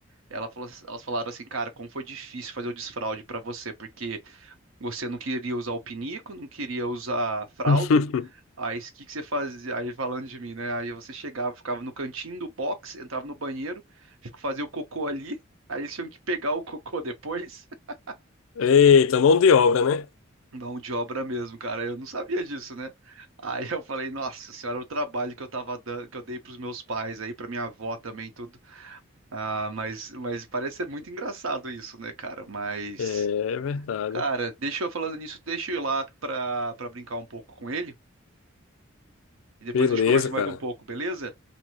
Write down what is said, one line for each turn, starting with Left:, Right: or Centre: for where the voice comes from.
Right: ela falou, elas falaram assim, cara, como foi difícil fazer o desfraude pra você, porque você não queria usar o pinico, não queria usar a fralda.
Left: <laughs>
Right: Aí o que que você fazia? Aí falando de mim, né? Aí você chegava, ficava no cantinho do box, entrava no banheiro, fico- fazia o cocô ali. Aí eles tinham que pegar o cocô depois. <laughs>
Left: Eita, mão de obra, né?
Right: Mão de obra mesmo, cara. Eu não sabia disso, né? Aí eu falei, nossa senhora, o trabalho que eu tava dando, que eu dei pros meus pais aí, pra minha avó também, e tudo. Ah, mas, mas parece ser muito engraçado isso, né, cara? Mas,
Left: É verdade.
Right: cara, deixa eu falando nisso, deixa eu ir lá pra, pra brincar um pouco com ele. E depois
Left: Beleza,
Right: a gente conversa mais
Left: cara.
Right: um pouco, beleza?